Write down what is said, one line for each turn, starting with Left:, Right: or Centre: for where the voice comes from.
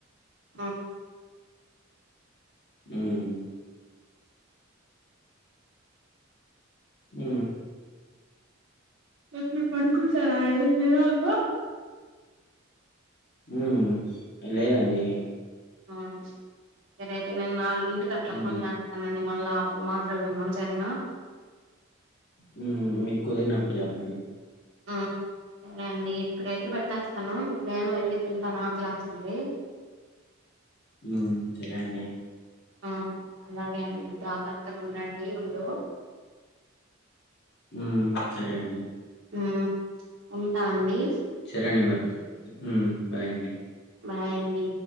Right: ఆ
Left: హ్మ్. ఊ
Right: ఎప్పుడు పడుకుంటే <unintelligible>
Left: ఊ ఏ లేదండి
Right: అవునవును ఇదైతే నేను నాల్ గింటికి అట్లా
Left: హ్మ్.
Right: ఫోన్ చేత్తానండి మళ్ళా అప్పుడు మాట్లాడుకుందాం సరేనా
Left: ఉమ్ మీకు కుదిరినప్పుడు చెప్పండి
Right: ఊ సరే అండి ఇప్పుటికైతే పెట్టేస్తాను ఇక నేనూ వెళ్ళి తింటాను ఆకలేస్తుంది
Left: ఊ సరే అండి
Right: ఆ అలాగే అండి జాగ్రత్తగా ఉండండి మీరు
Left: ఊ సరే అండి
Right: ఊ ఉంటా అండి
Left: చరే అండి మరి ఉమ్ బాయ్ అండి
Right: బాయ్ అండి